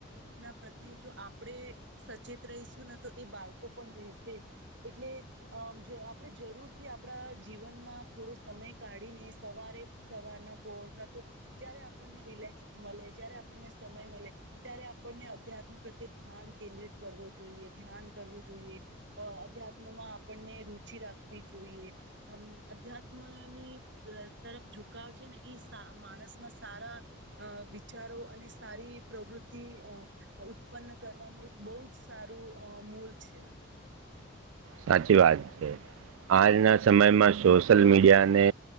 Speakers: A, on the right; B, on the right.
A: ના પ્રત્યે જો આપડે સચેત રહીશું ના તો એ બાળકો પણ રહેશે જ એટલે અમ આપણે જરૂરથી આપણા જીવનમાં થોડો સમય કાઢીને સવારે. સવારના પોર કા તો જય્યારે આપણને રિલેક્સ મળે જય્યારે આપણને સમય મળે. ત્યારે આપણને અધ્યાત્મ પ્રત્યે ધ્યાન કેન્દ્રિત કરવું જોઈએ ધ્યાન કરવું જોઈએ. અ અધ્યાત્મમાં આપણે રુચિ રાખવી જોઈએ, અમ અધ્યાત્મની તરફ ઝુકાવ છે ને માણસ માં સારા અ વિચારો અને સારી પ્રવૃતિ ઉત્પન્ન કરવાનું એક બહુ જ સારું અ મૂલ છે.
B: સાચી વાત છે આજના સમયમાં સોશિયલ મીડિયાને